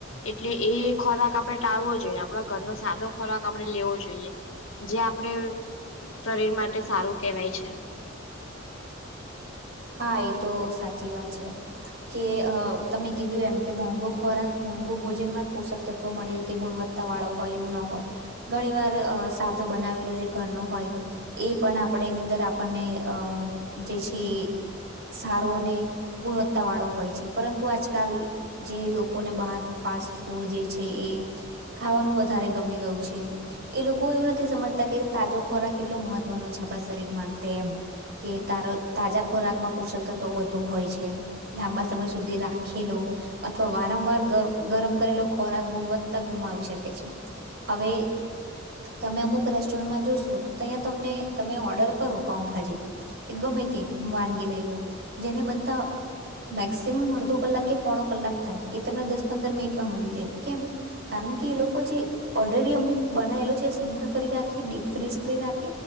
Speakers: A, on the left; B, on the right.
A: એટલે એ ખોરાક આપડે ટાળવો જોઈએ આપડા ઘરનો સાદો ખોરાક આપડે લેવો જોઈએ જે આપડે શરીર માટે સારું કેવાય છે.
B: હા એ તો સાચી વાત છે. કે તમે કીધું એમ કે મોંઘો ખોરાક મોંઘો ભોજનમાં જ પોષક તત્વો મળે કે ગુણવ ત્તાવાળો હોય એવું ન હોય ઘણી વાર સાદો બનાવેલો જે ઘરનું હોય એ પણ આપડે એની અંદર આપણને અ જે છે. સારો ને ગુણવત્તા વાળો હોય છે પરંતુ આજકાલ જે લોકોને બહારનું ફાસ્ટ ફૂડ જે છે એ ખાવાનું વધારે ગમી ગયું છે. એ લોકો એવું નથી સમજતા કે તાજો ખોરાક કેટલો મહત્વનો છે આપણા શરીર માટે એમ કે તારો તાજા પોષક વધુ હોય છે લાંબા સમય સુધી રાખેલો અથવા વારંવાર ગરમ કરેલો ખોરાક ગુણવત્તા ગુમાવી શકે છે. હવે તમે અમુક રેસ્ટોરન્ટમાં જોશો તો ત્યાંયા તમને તમે ઓર્ડર કરો પાઉભાજી ગમેતે વાનગી લઈ લો જેને બનતા મેક્સિમમ અડધો કલાક કે પોણો કલાક થાય એ તમને દસ પંદર મિનિટમાં મળી જાય કેમ કારણ કે એ લોકો જે ઓલરેડી અમુક બનાયેલો છે સંગ્રહ કરી રાખે ડીપ ફ્રીઝ કરી રાખે